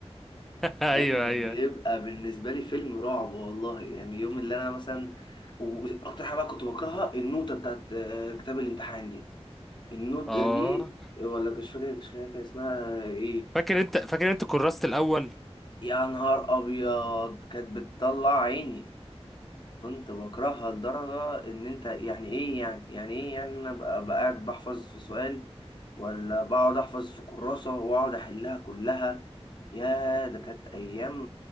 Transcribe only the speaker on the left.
كان
بيبقى بالنسبة لي فيلم رعب والله يعني يوم اللي أنا مثلا وأكتر حاجة بقى كنت بكرهها النوتة بتاعت آه، كتاب الامتحان دي النوتة
دي ولا مش فاكر مش فاكر كان اسمها إيه
يا نهار أبيض كانت بتطلع عيني كنت بكرهها لدرجة إن أنت يعني إيه يعني يعني إيه يعني أنا بقى بقى قاعد بحفظ في سؤال ولا بقعد أحفظ في كراسة وأقعد أحلها كلها يا ده كانت أيام